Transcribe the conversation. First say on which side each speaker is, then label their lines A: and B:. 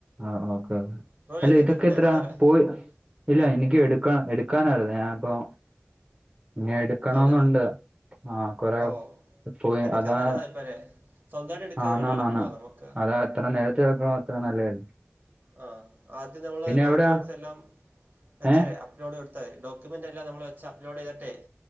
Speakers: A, on the right; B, on the right.
A: ആഹ് ഓകെ കെ
B: ബ്രോ ലൈസൻസ്
A: അല്ലെ ഇതൊക്കെത്ര
B: എടുത്തതാണോ അതല്ലേ
A: പോയി ഇല്ല എനിക്ക് എടുക്ക എടുക്കാനരുന്നു ഞാനിപ്പോ പിന്നെ എടുക്കണന്നുണ്ട്.
B: ആണല്ലേ
A: ആഹ് കൊറെ
B: ഓ
A: പോയി
B: എടുക്കാൻ
A: അതാ
B: നല്ലതായിപ്പോൾ അല്ലേ സ്വന്തമായിട്ട് എടുക്കാനുള്ള
A: ആണാണാണ്.
B: എളുപ്പമാണ് നമുക്ക്
A: അ എത്ര നേരത്ത് ആക്കണോ അത്ര നല്ലതല്ലേ?
B: ആഹ് ആദ്യം നമ്മള് ഡോക്യുമെന്റ്സ്
A: എവിടെയാ
B: എല്ലാം വെച്ചല്ലേ?
A: ഏ
B: അപ്ലോഡ് കൊടുത്താതി ഡോക്യെുമെൻ്റല്ലാം നമ്മള് വെച്ച് അപ്ലോഡ് ചെയ്തിട്ടെ